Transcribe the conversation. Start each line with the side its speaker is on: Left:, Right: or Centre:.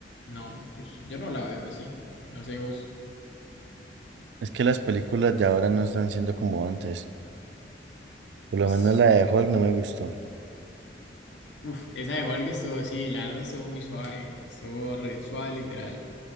Left: No, pues yo no la veo así. No sé vos.
Right: Es que las películas de ahora no están siendo como antes. Por lo
Left: Ps,
Right: menos la de Hulk no me gustó.
Left: Uf, esa de Hulk estuvo así, la verdad estuvo muy suave. Estuvo re suave, literal.